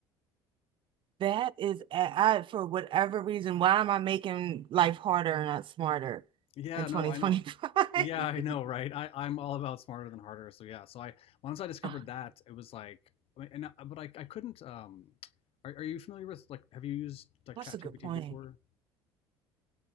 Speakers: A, on the right (about 50°); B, on the left (about 60°).
A: that is I I- for whatever reason why am I making life harder and not smarter
B: Yeah,
A: in 2025
B: no, I know. Yeah, I know, right? I, I'm all about smarter than harder. So yeah, so I once I discovered
A: <laughs>
B: that, it was like, I mean, and I- but I I couldn't. Um, are, are you familiar with like have you used like
A: That's
B: ChatGPT
A: a good point.
B: before?